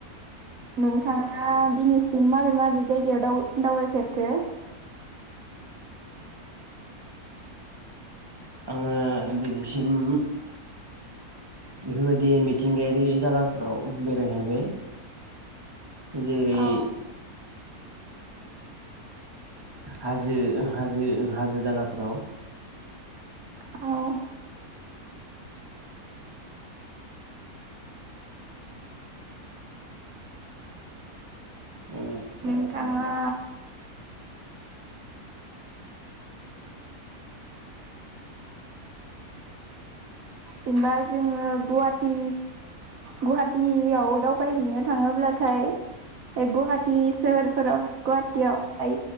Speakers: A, on the right (about 65°); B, on the right (about 15°).
A: नोंथाङा दिनैसिम माबे माबे जायगायाव दाव-दावबायफेरखो?
B: आङो दिनैसिम बेफोरबायदि मिथिंगायारि जायगाफोराव बेरायहैबाय। जेरै
A: औ
B: हाजो हाजो हाजो जायगाफोराव।
A: औ।
B: ओ
A: नोंथाङा जेनबा जोङो गुवाहाटि गुवाटियाव दावबायहैनो थाङोब्लाथाय गुहाटि सोहोरफोराव गुवाहाटियावहाय